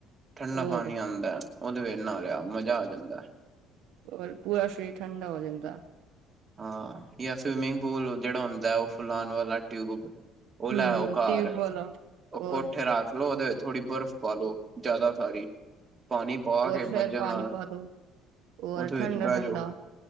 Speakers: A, on the right (about 25°); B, on the right (about 80°).
A: ਠੰਡਾ
B: ਹੋਰ
A: ਪਾਣੀ ਆਉਂਦਾ, ਉਹਦੇ ਵਿਚ ਨਹਾ ਲਿਆ, ਮਜ਼ਾ ਆ ਜਾਂਦਾ ਹੈ।
B: ਹੋਰ, ਪੂਰਾ ਸ਼ਰੀਰ ਠੰਡਾ ਹੋ ਜਾਂਦਾ ਹੈ।
A: ਹਾਂ, ਜਾਂ ਸਵੀਮਿੰਗ ਪੂਲ ਜਿਹੜਾ ਹੁੰਦਾ ਹੈ ਉਹ, ਫੁਲਾਉਣ ਵਾਲਾ ਟਿਊਬ ਉਹ
B: ਹਮ
A: ਲੈ ਆਉ ਘਰ,
B: ਟਿਊਬਵੈਲ ਔਰ
A: ਉਹ ਕੋਠੇ ਰੱਖ ਲਓ ਉਹਦੇ ਵਿੱਚ ਥੋੜ੍ਹੀ ਬਰਫ਼ ਪਾਲੋ ਜ਼ਿਆਦਾ ਸਾਰੀ, ਪਾਣੀ ਪਾ ਕੇ
B: ਔਰ ਫੇਰ
A: ਮੱਜਾ
B: ਪਾਣੀ
A: ਨਾਲ
B: ਪਾ ਦੋ ਔਰ
A: ਉਹਦੇ
B: ਠੰਡਾ
A: ਵਿੱਚ ਬਹਿ
B: ਠੰਡਾ
A: ਜਾਓ,